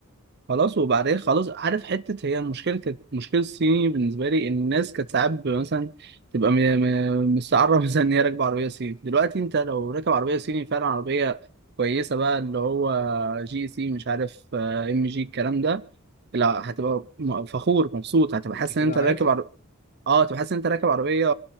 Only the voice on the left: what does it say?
انت
كده
عادي